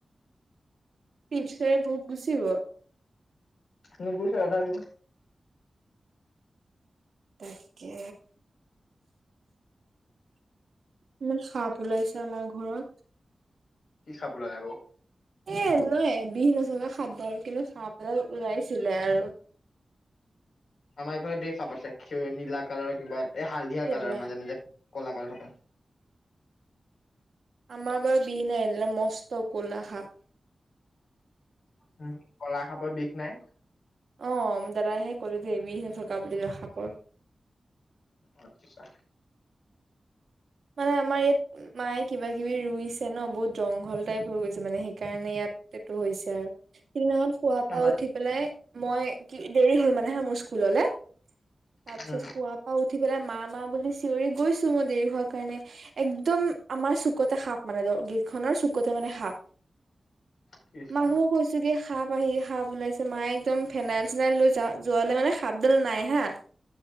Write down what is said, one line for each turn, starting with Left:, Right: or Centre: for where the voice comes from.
Right: চিপচ খাই ভোক গুচিব।
Left: নুগুছে এটা দি।
Right: তাকে। ইমান সাপ ওলাইছে আমাৰ ঘৰত।
Left: কি সাপ ওলাল আকৌ।
Right: এ নহয় বিহ নথকা সাপ দাল, কিন্তু সাপ এডাল ওলাইছিলে আৰু।
Left: আমাৰ এইফালে ধেৰ কাপ আছে নীলা কালাৰ কিবা এ হালধিয়া
Right: এৰা
Left: কালাৰ মাজে- মাজে ক'লা- ক'লা থকা।
Right: আমাৰ বাৰু বিহ নাই <unintelligible> মস্ত ক'লা সাপ। <unintelligible>
Left: উম কলা সাপৰ বিষ নাই।
Right: অ' দাদাইহে ক'লে যে বিহ নথকা বুলি <unintelligible> সাপৰ।
Left: আচ্ছা।
Right: মানে আমাৰ ইয়াত মায়ে কিবা কিবি ৰুইছে ন, বহুত জংঘল টাইপ হৈ গৈছে মানে সেইকাৰণে ইয়াত এইটো হৈছে আৰু সিদিনাখন শুৱা পা
Left: আমাৰ
Right: উঠি পেলাই মই কি দেৰি হ'ল মানে হা মোৰ স্কুললে, তাৰপিছত
Left: উম
Right: শুৱা পা উঠি বোলে মা- মা বুলি চিঞৰি গৈছো মই দেৰি হোৱা কাৰণে, একদম আমাৰ চুকতে সাপ মানে গেত খনৰ চুকতে মানে সাপ।
Left: কৃষ্ণ
Right: মাক মই কৈছোগে সাপ আহি সাপ ওলাইছে মায়ে একদম ফেনাইল চেনাইল লৈ যাওঁ যোৱালে মানে সাপডাল নাই হা।